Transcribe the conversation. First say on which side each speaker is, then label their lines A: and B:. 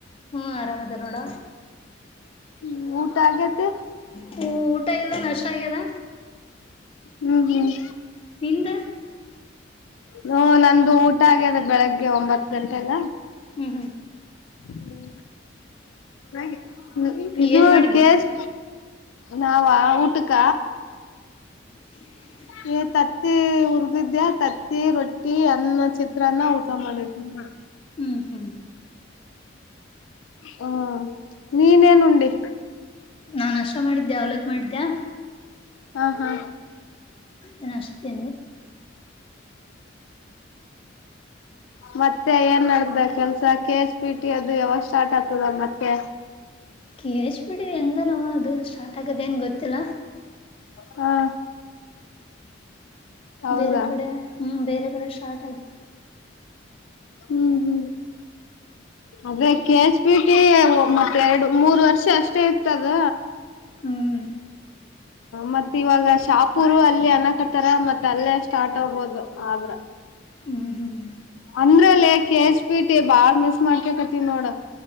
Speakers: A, on the left; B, on the left.
A: ಹ್ಮ್ ಆರಾಮ್ದ ನೋಡ
B: ಹ್ಮ್ ಊಟ ಆಗೇತ್ತ
A: ಹ ಊಟ ಇಲ್ಲ ನಷ್ಟ ಆಗ್ಯದ
B: ಹ್ಮ್ ಹ್ಮ್
A: ನಿಂದ
B: ಹ ನಂದು ಊಟ ಆಗ ಅದ ಬೆಳಗ್ಗೆ ಒಂಬತ್ತು ತ ಲ್ಲ
A: ಹ್ಮ್ ಹ್ಮ್
B: ಹ್ಮ ೆ ಇದು
A: ಏನ್ ಮಾಡಿದ್ರಿ
B: ಕಸ್ ನಾವ ಊಟಕ್ಕ
A: ಹ
B: ್ ತತ್ತಿ ಉರದಿದ್ದ್ಯಾ ತತ್ತಿ ರೊಟ್ಟಿ ಅನ್ನ ಚಿತ್ರಾನ್ನ ಊಟ ಮಾಡುಂಬ
A: ಹ್ಮ್ ಹ್ಮರಿ
B: ಹ ನೀನೇನುಡಿ
A: ನಾನ್ ಅಷ್ಟ ಮಾಡಿದ್ದೆ ಅವಲಕ್ ಮಾಡಿದ್ದ್ಯಾ
B: ಹಾ ಹಾ
A: ಅದ ನಷ್ಟೆ
B: ಮತ್ತೆ ಏನ್ ನಡ್ದ ಕೆಲ್ಸ ಕೆ ಎಚ್ ಪಿ ಟಿ ಅದು ಯಾವಾಗ ಸ್ಟಾರ್ಟ್ ಆಗ್ತದ ಮತ್ತೆ
A: ಕೆ ಎಚ್ ಪಿ ಡಿ ಹೆಂಗನೋ ಅದು ಸ್ಟಾರ್ಟ್ ಆಗದ ಏನ್ ಗೊತ್ತಿಲ್ಲ
B: ಹಾ ಹೌದಾ
A: ಬೇರೆ ಕಡೆ ಹ್ಮ್ ಬೇರೆ ಕಡೆ ಶಾರ್ಟ
B: ಹ್ಮ್ ಹ್ಮ್ ಅದೇ ಕೆ ಎಚ್ ಪಿ ಟಿ ಒ ಮತ್ತ ಎರಡು ಮೂರ್ ವರ್ಷ ಅಷ್ಟೇ ಇತದ
A: ಹ್ಮ್ <inaudible>
B: ಮತ್ತತ್ ಇವಾಗ ಶಾಪೂರು ಅಲ್ಲಿ ಅನಕತರ ಮತ್ ಅಲ್ಲೇ ಸ್ಟಾರ್ಟ್ ಆೋಗಬೋದು ಆದ್ರ
A: ಹ್ಮ್ ಹ್ಮ್
B: ಅಂದ್ರಲ್ಲಿ ಕೆ ಎಚ್ ಪಿ ಟಿ ಬಾಳ ಮಿಸ್ ಮಾಡ್ಕಕತ್ತ ನೋಡ